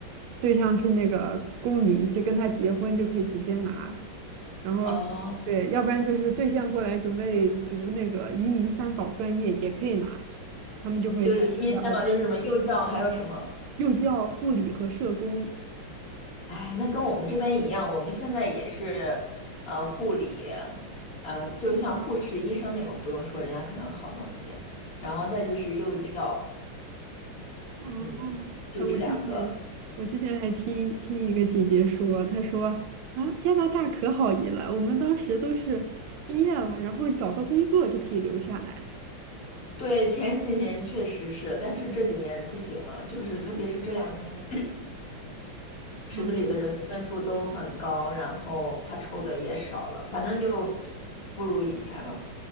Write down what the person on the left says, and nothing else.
哦，
就是因为三宝，就是什么幼教，还有什么？
哎，那跟我们这边一样，我们现在也是，呃，护理，呃，就像护士、医生那种，不用说，人家可能好弄一点。然后再就是幼教，
嗯，就这两个。
对，前几年确实是，但是这几年不行了，就是特别是这两年，<clears throat> 池子里的人的分数都很高，
然后他抽的也少了，反正就不如以前了。